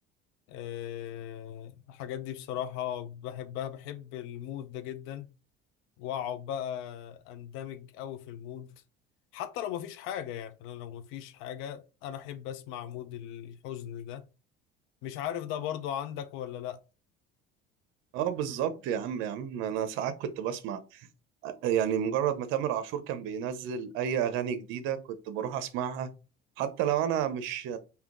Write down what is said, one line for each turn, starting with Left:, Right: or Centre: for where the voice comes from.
Left: آه، الحاجات دي بصراحة بحبها بحب المود ده جدا واقعد بقى اندمج قوي في المود حتى لو مفيش حاجة يعني انا لو مفيش حاجة انا احب اسمع مود الحزن ده مش عارف ده برضو عندك ولا لا
Right: اه بالظبط يا عم يا عم انا ساعات كنت بسمع يعني مجرد ما تامر عاشور كان بينزل اي اغاني جديده كنت بروح اسمعها حتى لو انا مش